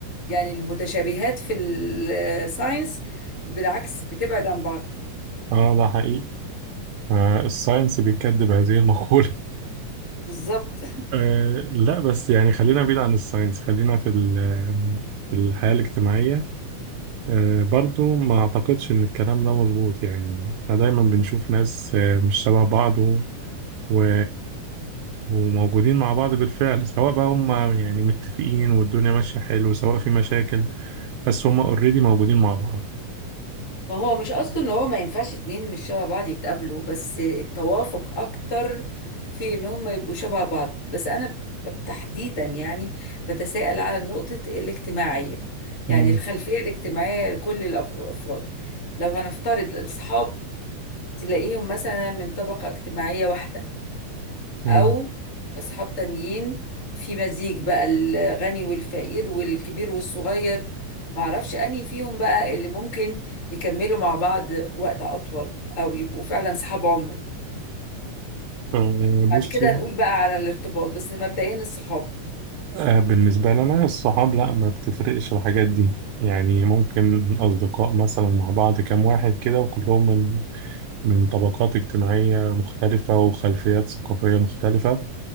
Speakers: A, on the left; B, on the right.
A: يعني المتشابهات في الساينس بالعكس بتبعد عن بعض
B: آه، ده حقيقي آه الساينس بيكذب هذه المقولة
A: بالظبط
B: <laughs> آه لا بس يعني خلينا بعيد عن الساينس خلينا في ال- في الحياة الاجتماعية آه، برضو ما أعتقدش إن الكلام ده مظبوط يعني إحنا دايما بنشوف ناس آه، مش شبه بعض و... و... وموجودين مع بعض بالفعل سواء بقى هم يعني متفقين والدنيا ماشية حلو سواء في مشاكل بس هم اوريدي موجودين مع بعض
A: ما هو مش قصده ان هو ما ينفعش اتنين مش شبه بعض يتقابلوا بس التوافق اكتر في ان هم يبقوا شبه بعض بس انا ب- تحديدا يعني بتساءل على نقطة الاجتماعية يعني
B: مم.
A: الخلفية الاجتماعية لكل الأفر- الافراد لو هنفترض الاصحاب تلاقيهم مثلا من طبقة اجتماعية واحدة
B: مم.
A: او اصحاب تانيين في مزيج بقى الغني والفقير والكبير والصغير معرفش انهي فيهم بقى اللي ممكن يكملوا مع بعض وقت اطول او يبقوا فعلا صحاب عمر
B: آه،
A: وبعد
B: بصي
A: كده هنقول بقى على الارتباط بس مبدئيا الصحاب
B: آه، بالنسبة لنا الصحاب لا ما بتفرقش الحاجات دي يعني ممكن أصدقاء مثلا مع بعض كام واحد كده وكلهم من من طبقات اجتماعية مختلفة وخلفيات ثقافية مختلفة